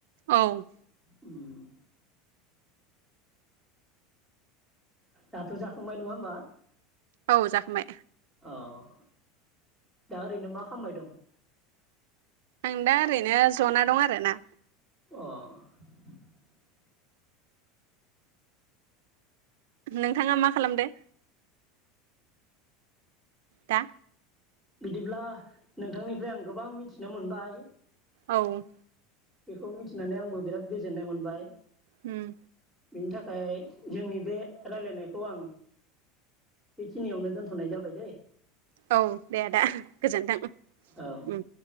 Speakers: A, on the right; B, in the centre.
A: औ।
B: उम दाथ' जाखांबाय नङा होमबा?
A: औ जाखांबाय।
B: अ' दा ओरैनो मा खालामबाय दं?
A: आं दा ओरैनो ज'ना दं आरोना।
B: अ'
A: नोंथाङा मा खालामदो? दा
B: बिदिब्ला नोंथांनिफ्राय आं गोबां मिथिनो मोनबाय।
A: औ।
B: बेखौ मिथिनानै आंबो बिराद गोजोननाय मोनबाय।
A: उम।
B: बिनि थाखाय जोंनि बे राय्लायनायखौ आं बेखिनियावनो दोनथ'नाय जाबाय दैे।
A: औ दे आदा गोजोन्थों उम।
B: औ